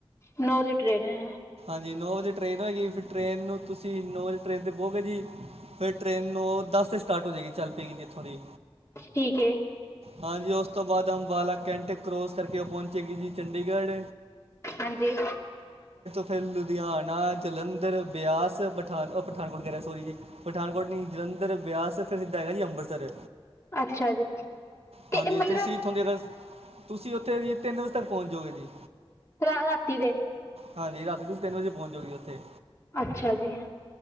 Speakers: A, on the left (about 30°); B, on the right (about 85°).
A: ਨੌ ਲੀਟਰ ਰਹਿ ਗਿਆ ਹੈ।
B: ਹਾਂਜੀ ਨੌ ਵਜੇ ਟ੍ਰਰੇਨ ਹੋਏਗੀ, ਫਿਰ ਟਰੇਨ ਨੂੰ ਤੁਸੀਂ ਨੌ ਵਜੇ ਟ੍ਰੇਨ 'ਤੇ ਬਹੋਗੇ ਜੀ। ਫੇਿਰ ਟ੍ਰਰੇਨ ਨੂੰ ਦਸ ਤੇ ਸਟਾਰਟ ਹੋ ਜਾਏਗੀ ਚੱਲ ਪਏਗੀ ਜੀ ਇੱਥੋਂ ਦੀ
A: ਠੀਕ ਏ
B: ਹਾਂਜੀ ਉਸ ਤੋਂ ਬਾਅਦ ਅੰਬਾਲਾ ਕੈਂਟ ਕਰੋਸ ਕਰਕੇ ਉਹ ਪਹੁੰਚੇਗੀ ਜੀ ਚੰਡੀਗੜ੍ਹ
A: ਹਾਂਜੀ
B: ਫੇਰ ਲੁਧਿਆਣਾ ਜਲੰਧਰ ਜੰਰ ਬਿਆਸ ਪਠਾਨ ਪਠਾਨਕੋਟ ਵਗੈਰਾ ਸੋਰੀ ਜੀ ਪਠਾਨਕੋਟ ਨਹੀਂ ਜਲੰਧਰ, ਬਿਆਸ ਫਿਰ ਸਿੱਧਾ ਹੈਗਾ ਜੀ ਅੰਬ ਅੰਮ੍ਰਿਤਸਰ
A: ਅੱਛਾ ਜੀ ਤੇ
B: ਹਾਂਜੀ
A: ਮਤਲਬ
B: ਤੁਸੀਂ ਇਥੋਂ ਦੇ ਅਗਰ ਤੁਸੀਂ ਉੱਥੇ ਜੀ ਤਿੰਨ ਵਜੇ ਤੱਕ ਪਹੁੰਚ ਜਾੋਗੇ ਜੀ
A: ਸ਼ਰਾ ਰਾਤੀ ਦੇ
B: ਹਾਂਜੀ ਰਾਤੀ ਨੂੰ ਤਿੰਨ ਵਜੇ ਪਹੁੰਚੋਗੇ ਉਥੇ
A: ਅੱਛਾ ਜੀ